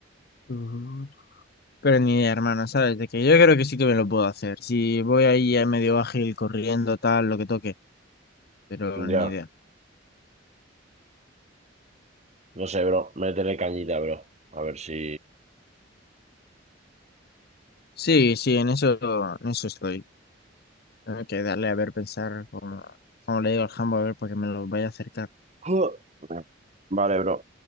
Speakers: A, on the left; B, on the right.
A: Mm. Pero ni idea, hermano, ¿sabes? De que yo creo que sí que me lo puedo hacer. Si voy ahí a medio ágil, corriendo, tal, lo que toque, pero
B: Ya.
A: ni idea.
B: No sé, bro. Métele cañita, bro. A ver si...
A: Sí, sí, en eso, en eso estoy. Tengo que darle a ver, pensar como, como le digo al jambo, a ver, para que me lo vaya a acercar.
B: <clears throat> <laughs> Vale, bro.